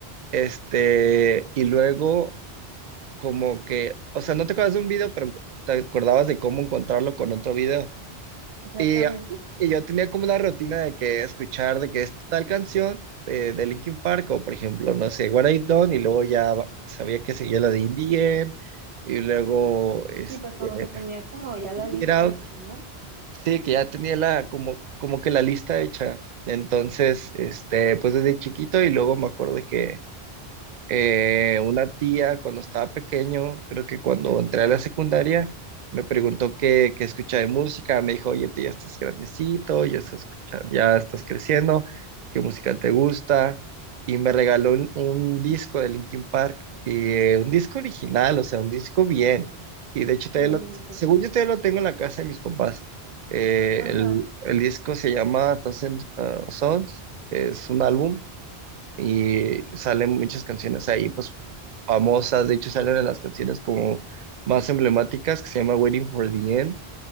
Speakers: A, on the right; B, on the right.
A: este, y luego como que, o sea, no te acuerdas de un video, pero te acordabas de cómo encontrarlo con otro video.
B: exactamente.
A: Y, y yo tenía como una rutina de que escuchar de que es tal canción eh, de Linkin Park, o por ejemplo, no sé, What I've Done, y luego ya va- sabía que seguía la de In the End, y luego este,
B: Sí, pues como que tenía como ya la lista
A: Get Out.
B: hecha, ¿no?
A: Sí, que ya tenía la, como, como que la lista hecha. Entonces, este, pues desde chiquito y luego me acuerdo que Eh, una tía cuando estaba pequeño, creo que cuando entré a la secundaria, me preguntó qué, qué escuchaba de música, me dijo, oye, tú ya estás grandecito, ya estás escuchando, ya estás creciendo, ¿qué música te gusta? Y me regaló un, un disco de Linkin Park, y, eh, un disco original, o sea, un disco bien. Y de hecho,
B: Qué
A: todavía
B: bonito.
A: lo, según yo todavía lo tengo en la casa de mis papás. Eh,
B: Ajá.
A: el, el disco se llama Thousand uh, Sons, es un álbum y salen muchas canciones ahí, pues famosas, de hecho salen de las canciones como más emblemáticas que se llama Waiting for the End